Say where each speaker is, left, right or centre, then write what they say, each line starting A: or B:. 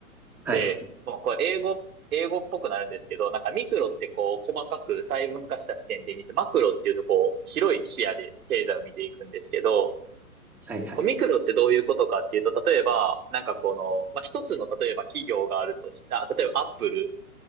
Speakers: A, in the centre; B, on the right (about 70°).
A: はい。
B: で、もうこれ英語、英語っぽくなるんですけど、なんかミクロってこう、細かく細分化した視点で見て、マクロっていうとこう、広い視野で経済を見ていくんですけど、
A: はい、はい。
B: こうミクロってどういうことかっていうと、例えば、なんかこの、まあ、一つの、例えば企業があるとした、例えばアップル